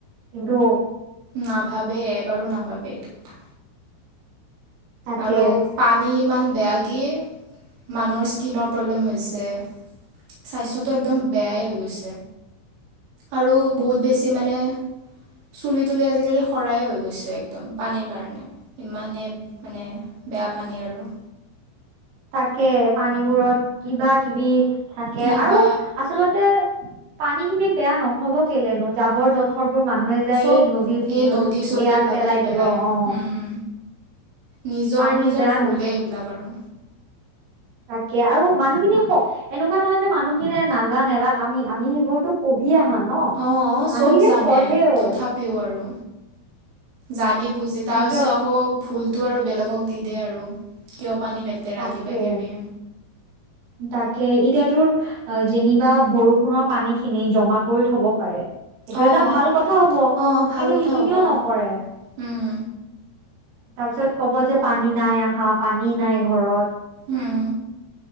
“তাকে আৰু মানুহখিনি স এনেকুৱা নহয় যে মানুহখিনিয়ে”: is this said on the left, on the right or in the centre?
Right